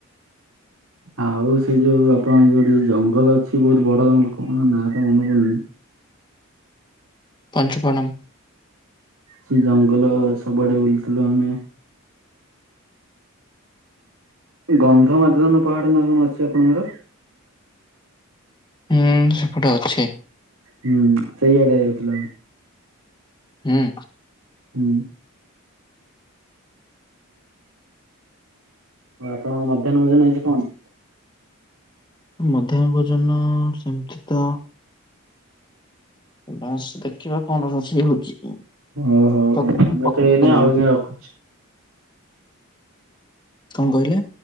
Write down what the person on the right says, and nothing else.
ଆଉ ସେ ଯୋଉ ଆପଣଙ୍କ ଯୋଉଠ ଜଙ୍ଗଲ ଅଛି ବହୁତ ବଡ ଜଙ୍ଗଲ କ ନାଁ ତ ମନେ ପଡୁନି
ସେ ଜଙ୍ଗଲ ସବୁଆଡେ ବୁଲଥିଲୁ ଆମେ ଗନ୍ଧ ମାଦଧନ ପାହାଡ଼ ନାଁ କଣ ଅଛି ଆପଣଙ୍କର
ହୁଁ ସେଇଆଡଆ ଯାଇଥିଲୁ
ହୁଁ ଆଉ ଆପଣଙ୍କ ମଧ୍ୟାହ୍ନ ଭୋଜନଇଛି କଣ
ଓ ହୋ
ହଉ ତମେ
ତ ଏଇ
ନାଇଁ ଆଜ୍ଞା ରଖୁଛ